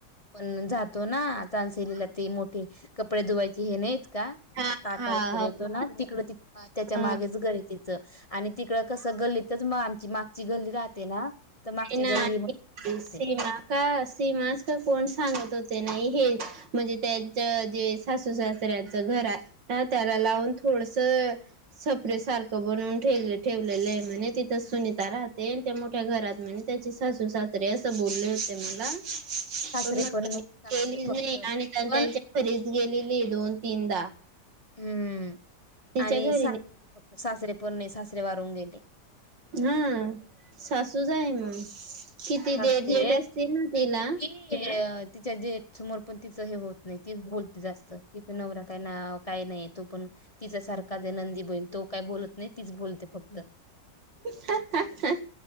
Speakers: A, on the left (about 25°); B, on the right (about 90°).
A: पण जातो ना चाान्सलेला ते मोठी कपडे धुवायचे हे नाहीत का
B: हा
A: टाका
B: हा
A: वगैरे
B: हो
A: येतो ना तिकड त त्याच्या
B: हा
A: मागेच घर आहे च आणि तिकडं कसं गल्लीतच मग आमची मागची गल्ली राहते ना. तर मागसी
B: ते नाही
A: गल्ली म सगते
B: सीमा का सीमास का कोण सांगत होते नाही हे म्हणजे त्यांच जे सासू सास त्यांचं घर आहे त्याला लागून थोडसं सफरे सारखं बनवून ठेवल ठेव ठेवलेलं आहे म्हणे तिथं सुनीता राहते त्या मोठ्या घरात म्हणे त्याची सासूसासरे अस बोलले होते म्हण
A: सासरे
B: प म
A: पण नाही
B: म
A: सासरे
B: केलीच
A: फक्त
B: नाही आणि त्यांच्या
A: पण
B: घरीच गेलेली दोन तीनदा.
A: हम्म.
B: तिच्या
A: आणि
B: घरी
A: सासरे फक्त सासरे परणे सासरे वारून गेले.
B: हा सासूज आहे मग किती
A: सासरे
B: देर झेट असतील ना तिला?
A: आणि ती अ तिच्या जेठ समोर पण तिचं हे होत नाही तीच बोलते जास्त तिचा नवरा काय नाव काही नाही तू पण... तिच्या सारखा जे नंदी बईल तो काय बोलत नाही तीच बोलते फक्त...
B: ह हा ह..